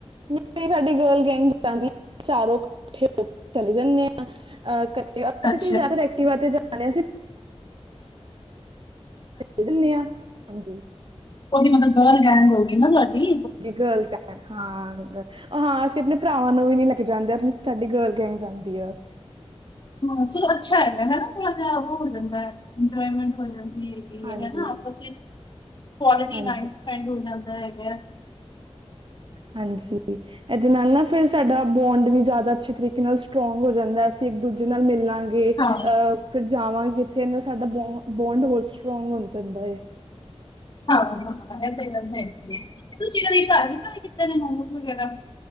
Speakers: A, on the right; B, on the left.
A: ਨਹੀਂ ਸਾਡੀ ਗਰਲ ਗੈਂਗ ਜਾਂਦੀ ਏ ਚਾਰੋਂ ਕੱਠੇ ਹੋ ਕੇ ਚਲੇ ਜਾਂਨੇ ਆ ਅ ਅਸੀਂ
B: ਅੱਛਾ
A: ਤੇ ਜਾਦਾਤਰ ਐਕਟਿਵਾ ਤੇ ਜਾਣੇ ਆ ਅਸੀ <unintelligible> <unintelligible> ਚੱਲੇ ਜਾਨੇ ਆ, ਹਾਂਜੀ।
B: ਓਦੀ ਮਤਲਬ ਗਰਲ ਗੈਂਗ ਹੋ ਗੀ ਨਾ ਤੁਆਡੀ।
A: ਜੀ ਗਰਲਸ ਗੈਂਗ, ਹਾਂ ਗ ਓ ਹਾਂ ਅਸੀਂ ਅਪਨੇ ਭਰਾਵਾਂ ਨੂੰ ਵੀ ਨੀ ਲੈ ਕੇ ਜਾਂਦੇ ਅਪਨੀ ਸਾਡੀ ਗਰਲ ਗੈਂਗ ਜਾਂਦੀ ਏ ਬਸ।
B: ਹਾਂ, ਚਲੋ ਅੱਛਾ ਹੈਗਾ। ਹੈਨਾ ਥੋੜਾ ਜਿਆ ਓ ਹੋ ਜਾਂਦਾ ਇੰਜੋਏਮੈਂਟ ਹੋ ਜਾਂਦੀ ਏ।
A: ਹਾਂਜੀ,
B: ਹੈਨਾ ਆਪਸ ਵਿੱਚ ਕੁਆਲਿਟੀ
A: ਹਾਂਜੀ,
B: ਟਾਈਮ ਸਪੈਂਡ ਹੋ ਜਾਂਦਾ ਹੈਗੈ।
A: ਹਾਂਜੀ ਜੀ। ਐਦੇ ਨਾਲ ਨਾ ਫੇਰ ਸਾਡਾ ਬੋਂਡ ਵੀ ਜਾਦਾ ਅੱਛੇ ਤਰੀਕੇ ਨਾਲ ਸਟਰੋਂਗ ਹੋ ਜਾਂਦੈ ਅਸੀਂ ਇੱਕ ਦੂਜੇ ਨਾਲ ਮਿਲਾਂ ਗੇ, ਅ
B: ਹਾਂ
A: ਫਿਰ ਜਾਵਾਂਗੇ ਕਿੱਥੇ ਏਦੇ ਨਾ ਸਾਡਾ ਬੋ-ਬੋਂਡ ਹੋਰ ਸਟਰੋਂਗ ਹੋ ਜਾਂਦਾ ਏ।
B: ਆਹੋ ਐ ਤੇ ਗੱਲ ਹੈਗੀ ਏ। ਤੁਸੀਂ ਕਦੀ ਘਰ ਵੀ ਟਰਾਈ ਕੀਤੇ ਨੇ ਮੋਮੋਸ ਵਗੈਰਾ,